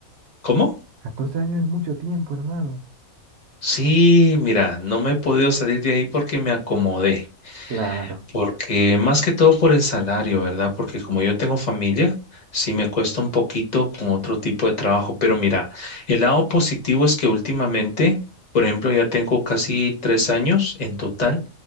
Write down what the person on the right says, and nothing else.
14 años es mucho tiempo, hermano.
Claro.